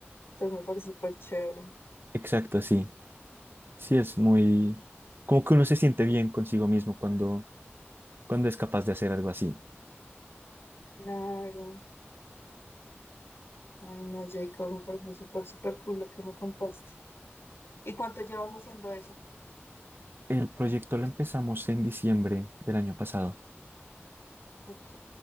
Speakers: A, on the left; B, on the right.
A: entonces me parece súper chévere.
B: Exacto, sí. Sí, es muy... Como que uno se siente bien consigo mismo cuando, cuando es capaz de hacer algo así.
A: Claro, ay, no, Jacob, me parece súper, súper cool lo que me contaste. ¿Y cuánto llevas haciendo eso?
B: El proyecto lo empezamos en diciembre del año pasado.
A: Ok,